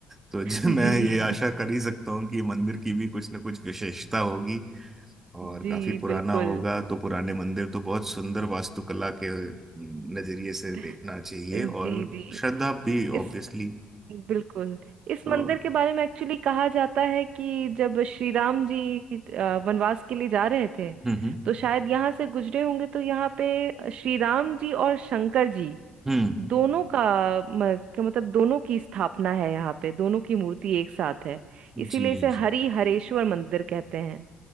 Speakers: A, on the right; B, on the right.
A: तो जी
B: जी
A: <laughs> मैं ये आशा
B: <laughs>
A: कर ही सकता हूँ कि मंदिर की भी कुछ ना कुछ विशेषता होगी और
B: जी
A: काफी पुराना
B: बिल्कुल
A: होगा तो पुराने मंदिर तो बहुत सुंदर वास्तुकला के हम्म, नजरिए से
B: <laughs>
A: देखना चाहिए
B: जी
A: और
B: जी
A: श्रद्धा भी
B: इस
A: ऑब्वियसली
B: बिल्कुल इस
A: तो
B: मंदिर के बारे में एक्चुअली कहा जाता है कि जब श्री राम जी अ, वनवास के लिए जा रहे थे
A: हम्म हम्म
B: तो शायद यहाँ से गुजरे होंगे तो यहाँ पे श्री राम जी और शंकर जी
A: हम्म,
B: दोनों का म- का मतलब दोनों की स्थापना है यहाँ पे दोनों की मूर्ति एक साथ है इसीलिए
A: जी
B: इसे
A: जी
B: हरि हरेश्वर मंदिर कहते हैं